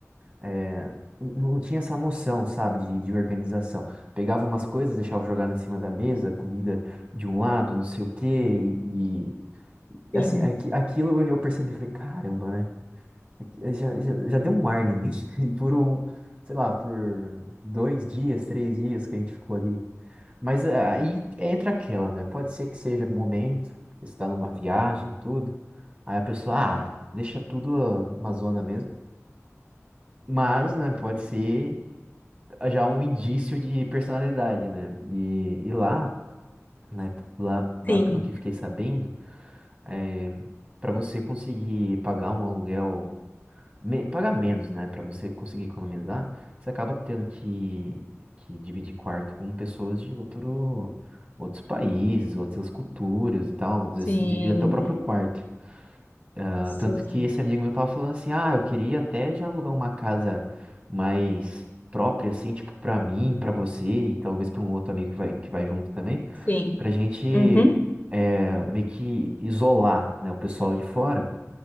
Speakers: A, on the right; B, on the left.
A: é, não não tinha essa noção, sabe, de, de organização. Pegava umas coisas, deixava jogar em cima da mesa, comida de um lado, não sei o quê, e
B: sim,
A: assim, aqui, aquilo eu, eu percebi, falei, caramba, né? Aqui- eh, Já, já, já deu um ar em mim. <laughs> E por um, sei lá, por dois dias, três dias que a gente ficou ali. Mas é, aí entra aquela, né? Pode ser que seja momento, que você tá numa viagem, tudo. Aí a pessoa, ah, deixa tudo uma zona mesmo. Mas, né, pode ser já um indício de personalidade, né? E, e lá, né, lá, lá
B: sim,
A: pelo que fiquei sabendo, é, para você conseguir pagar um aluguel me- pagar menos, né? Para você conseguir economizar, você acaba tendo que, que dividir quarto com pessoas de outro, outros países, outras culturas e tal. Às vezes
B: sim,
A: você divide até o próprio quarto. Ah,
B: sim,
A: Tanto que esse amigo meu tava falando assim, ah, eu queria até já alugar uma casa mais própria, assim, tipo, pra mim, pra você e talvez pra um outro amigo que vai, que vai junto também,
B: sim.
A: pra gente
B: Uhum.
A: é, meio que isolar, né, o pessoal de fora